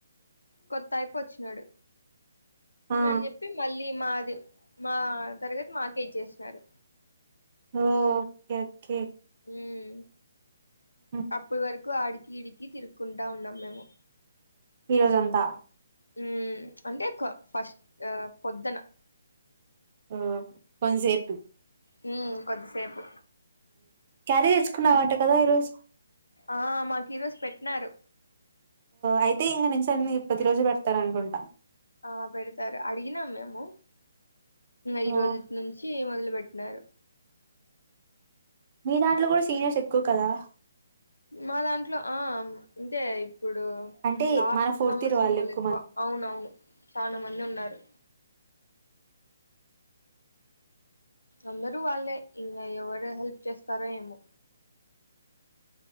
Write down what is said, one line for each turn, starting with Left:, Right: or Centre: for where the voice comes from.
Left: కొత్త ఆయప్ప వచ్చినాడు
Right: ఆ
Left: అని చెప్పి మళ్ళీ మాది మా తరగతి మాకే ఇచ్చేసినారు
Right: ఓ ఓకే ఓకే
Left: ఉమ్
Right: ఉమ్.
Left: అప్పు వరకు ఆడికి ఇడికి తిరుక్కుంటా ఉన్నాం మేము
Right: ఈరోజంత
Left: ఉమ్ క అంటే ఫస్ట్ పొద్దున
Right: ఆ కొంసెపు
Left: హు కొద్దిసేపు
Right: క్యారీ తెచ్చుకున్నావట కదా ఈరోజు
Left: ఆ మాకు ఈరోజు పెట్నారు
Right: అయితే ఇంక నుంచి అన్ని పతిరోజు పెడతార అనుకుంటా
Left: ఆ పెడతారు అడిగినాం మేము ఈ
Right: ఓ
Left: రోజు నుంచి మొదలు పెట్నారు
Right: మీ దాంట్లో కూడా సీనియర్స్ ఎక్కువ కదా
Left: మా దాంట్లో ఆ అంటే ఇప్పుడు
Right: అంటే
Left: లాస్ట్
Right: మన ఫోర్త్
Left: సంవత్సరం
Right: ఇయర్ వాళ్ళు
Left: వాల్లు ఎక్కువ
Right: మంది
Left: అవునవును చానమంది ఉన్నారు అందరు వాళ్ళే ఇంగ ఎవరు హెల్ప్ చేస్తారో ఏమో